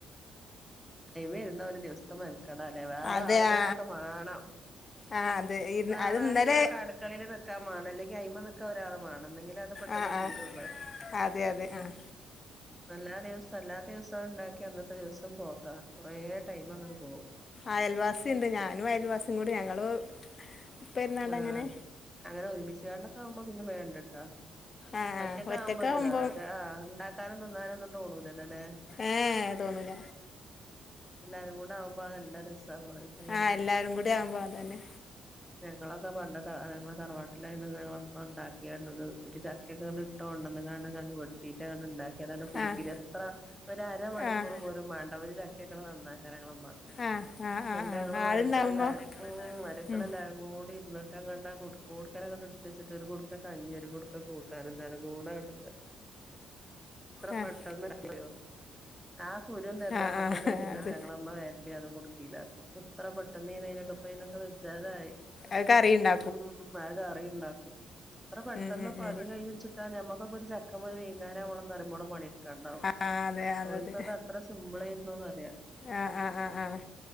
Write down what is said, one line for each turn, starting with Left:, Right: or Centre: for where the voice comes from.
Centre: അയിമെര്ന്ന ഒരു ദിവസത്തെ മെൻക്കടാല്ലേ? വേറാരെങ്കിലൊക്കെ
Left: അതെ ആ
Centre: മാണം ഉം..
Left: ആ ആ അതെ ഇന്ന്
Centre: വേറെ
Left: അത് ഇന്നലെ
Centre: ആരെങ്കിലൊക്കെ അടുക്കളീല് നിക്കാൻ മാണം അല്ലെങ്കി അയിമ്മെ നിക്കാ ഒരാള് വാണം. ഇന്നെങ്കിലെ അത് പെട്ടന്ന്
Left: ആ ആ
Centre: തീരൊള്ളൂ.
Left: അതെ അതെ ആഹ്
Centre: വല്ലാ ദിവസം അല്ലാത്ത ദിവസം ഉണ്ടാക്കി അന്നത്തെ ദിവസം പോക്കാ കൊറേ ടൈം അങ്ങട് പോവും.
Left: അയൽവാസി ണ്ട്. ഞാനും അയൽവാസിം കൂടി ഞങ്ങള് പെരുന്നാണ്ട്
Centre: ആഹ്
Left: അങ്ങനെ
Centre: അങ്ങനെ ഒരുമിച്ച് കാണ്ടൊക്കെ ആവുമ്പം പിന്നെ വേ ഇണ്ട്ട്ടാ.
Left: ആഹ്
Centre: ഒറ്റക്കാവുമ്പൊരുതാ
Left: ആഹ് ഒറ്റക്കാവുമ്പം
Centre: മറ്റേ ആ് ഇണ്ടാക്കാനും ത് ന്നാനൊന്നും തോണൂലല്ലല്ലേ
Left: ഏയ് തോന്നൂല
Centre: എല്ലാരും കൂടാവുമ്പ അഹ് നല്ല രസാ കുറേച്ചങ്ങനെ.
Left: ആഹ് എല്ലാരും കൂടിയാവുമ്പൊ അതന്നെ.
Centre: ഞങ്ങളൊക്കെ പണ്ടക്കെ ഞങ്ങളെ തറവാട്ടിലായന്ന് ഞങ്ങളെമ്മ ഇണ്ടാക്കിയാണ്ട് ഒരു ചക്കയെക്കെങ്ങ്ട്ട് ഇട്ട് കൊണ്ടെന്ന്ങ്ങാണ്ട് വെട്ടിട്ടാണ്ട്ങ്ങണ്ട് ഇണ്ടാക്കിയാണ്ട് ആണ്ട് കുടിക്കില്
Left: ആഹ്
Centre: എത്ര ആൾ ഒരര മണിക്കൂർ
Left: ആഹ്
Centre: പോലും മാണ്ട ഒരു ചക്കക്കെണ്ട് നന്നാക്കാൻ ഞങ്ങളമ്മാക്ക്.
Left: ആഹ് ആഹ്
Centre: എന്നട്ട്
Left: ആഹ് ആഹ്
Centre: ഞങ്ങള്
Left: ആളുണ്ടാവുമ്പോ
Centre: മര്യെക്കളെല്ലാരും ഉം മര്യെക്കളെല്ലാരും
Left: ഉം
Centre: ക്കൂടിരിന്ന്ട്ടങ്ങട്ട് ആ കുടുക്കോട്ക്കനങ്ങട്ട് ഇട്‌ത്തച്ച്ട്ട് ഒരു കൊടുക്ക കഞ്ഞിം, ഒരു കുടുക്ക കൂട്ടാനും, എല്ലാരും കൂടി ഇതായോണ്ട് പെട്ടെ എത്ര
Left: ആഹ്
Centre: പെട്ടെന്നാ <unintelligible> ആ കുരും തന്നെ
Left: ആഹ്
Centre: അപ്പതന്നെ
Left: ആഹ്
Centre: അവിടെരുന്നിട്ട്
Left: അത്
Centre: ഞങ്ങളെമ്മ വര്ണ്ടിയതും കുടുക്കിയിലാക്കും എത്ര പെട്ടെന്നേനീയൊക്കെ ഇപ്പയിനൊക്കെ വെജ്ജാതായി
Left: അത്കറിണ്ടൊ
Centre: ഉം അഹ് കറിണ്ടാക്കും. ഇത്ര പെട്ടെന്ന്
Left: ഉം ഉം
Centre: പണി
Left: ഉം
Centre: കയ്യുംച് ത്ത ഞമ്മക്കക്കൊരു ചക്കമ്മല് വൈന്നേരവോണംന്നറിയുമ്പോളം പണിട്ക്കെണം കാണ്ടാവും.
Left: ആഹ് അതെ അതതെ
Centre: ഓൽക്കത് അത്ര സിമ്പിളേര്ന്നൂ പറയാ.
Left: ആഹ് ആഹ് ആഹ്